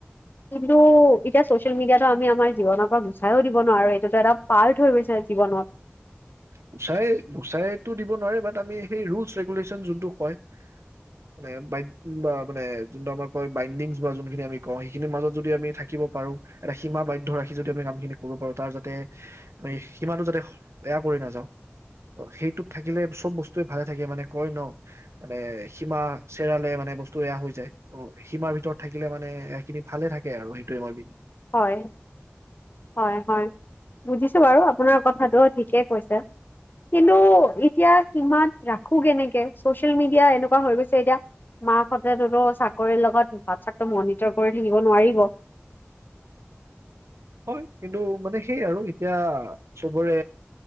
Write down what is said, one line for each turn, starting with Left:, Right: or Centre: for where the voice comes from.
Left: কিন্তু এতিয়া চচিয়েল মিডিয়াতটো আমি আমাৰ জীৱনৰ পৰা গুচাইও দিব নোৱাৰো এইটোতো এটা পাৰ্ট হৈ গৈছে জীৱনত।
Right: গুচাই - গুচাইতো দিব নোৱাৰে বাট আমি সেই ৰুলচ ৰেগুলেশচন যোনটোক কয় মানে বা মানে যোনটো আমাৰ কয় বাইণ্ডিং বা যোনখিনি আমি কওঁ সেইখিনিৰ মাজত যদি আমি থাকিব পাৰো এটা সীমা বাধ্য ৰাখি যদি আমি কামখিনি কৰিব পাৰো ।তাৰ যাতে সীমাটো যাতে, এয়া কৰি নাযাও সেইটোত থাকিলে চব বস্তুৱে ভালে থাকে মানে কয় ন মানে সীমা চেৰালে মানে বস্তু এয়া হৈ যায় ত সীমাৰ ভিতৰত থাকিলে মানে সেই খিনি ভালে থাকে আৰু সেইটোয়ে মই
Left: হয়-হয়-হয় বুজিছ বাৰু আপোনাৰ কথাটো ঠিকে কৈছে কিন্তু এতিয়া সীমাত ৰাখো কেনেকে? চচিয়েল মিডিয়া এনেকুৱা হৈ গৈছে এতিয়া মাক হতেতো চাকৰিৰ লগত বাচ্চাক মনিটৰ কৰি থাকিব নোৱাৰিব।
Right: হয়, কিন্তু মানে সেয়ে আৰু এতিয়া চবৰে